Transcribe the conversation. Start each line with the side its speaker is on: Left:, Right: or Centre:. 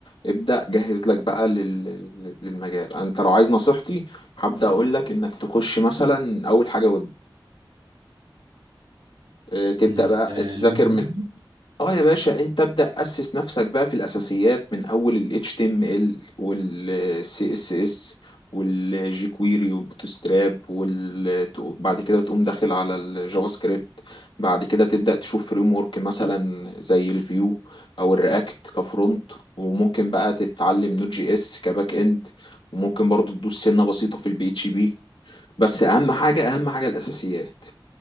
Left: ابدأ جهز لك بقى لل... للمجال انت لو عايز نصيحتي هبدأ اقول لك انك تخش مثلا اول حاجة ويب اه، تبدأ
Right: ال-
Left: بقى
Right: الويب
Left: تذاكر
Right: ديفلوبمنت
Left: من اه يا باشا انت ابدأ اسس نفسك بقى في الاساسيات من اول ال HTML وال CSS وال jQuery وال Bootstrap وال بعد كده تقوم داخل على الجافا سكريبت بعد كده تبدأ تشوف فريم ورك مثلا زي الفيو او الرياكت كفرونت وممكن بقى تتعلم نوت جي اس كباك اند وممكن برضو تدوس سنة بسيطة في البي اتش بي بس اهم حاجة اهم حاجة الاساسيات